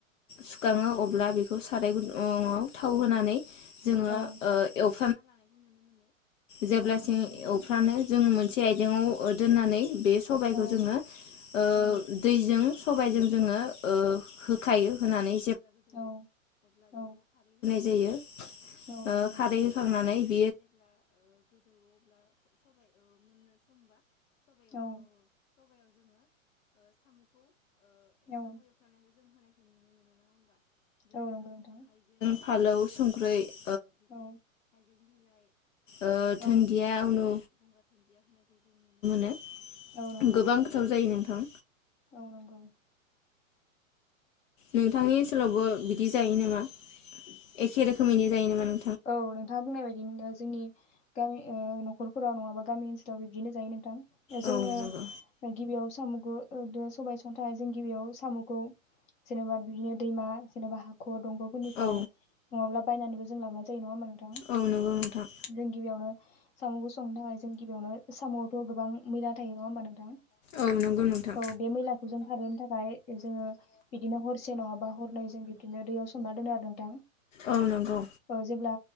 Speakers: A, on the left; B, on the left.
A: सुखाङो अब्ला बेखौ साराय गुुआव थाव होनानै जोङो
B: औ
A: <inaudible> जेब्लासिम
B: औ नंगौ नोंथां
A: अफ्रानो जों मोनसे आइजेंआव दोननानै बे सबायखौ
B: औ
A: जोङो ओ
B: औ
A: दैजों सबायजों जोङो ओ होखायो होनानै
B: औ औ
A: जे <inaudible> <inaudible>
B: औ
A: ओ
B: नंगौ नोंथां
A: खारै होखांनानै <inaudible> <inaudible> <inaudible> <inaudible>
B: औ औ औ नंगौ नोंथां
A: <inaudible> <inaudible> फालौव संख्रै <inaudible> <inaudible>
B: औ
A: ओ दोन्दिया
B: औ
A: उनु <inaudible>
B: औ नंगौ
A: गोबां गोथाव जायो नोंथां
B: औ नंगौ
A: नोंथांनि ओनसोलावबो बिदि जायो नामा एखे रोखोमैनि जायो नामा नों
B: औ नोंथाङा बुंनाय बायदि नो जोंनि गामि ओ न'खरफोराव नङाबा गामि ओनसोलाव बिब्दिनो जायो नोंथां। जोंनो
A: औ नंगौ
B: गिबियाव सामुखौ ओ दो सबाय संनोथाय जों गिबियाव सामुखौ जेनेबा बिदिनो दैमा जेनेबा हाख दंगफोरनिफ्राय
A: औ
B: नङाब्ला बायनानैबो जों लांङो जायो नङा ओमबा नों थां
A: औ नंगौ नोंथां
B: जों गिबियावनो सामुखौ संनो थाखाय जों गिबियावनो सामुआवथ गोबां मैला थायो नङा ओमबा नोंथां?
A: औ नंगौ नोंथां
B: औ बे मैलाखौ जों खारहोनो थाखाय जोंङो बिदिनो हरसे नङा बा हर नै जों बिबदिनो दैयाव सोमना दोनो आरो नोंथां।
A: औ नोंगौ
B: औ जेब्ला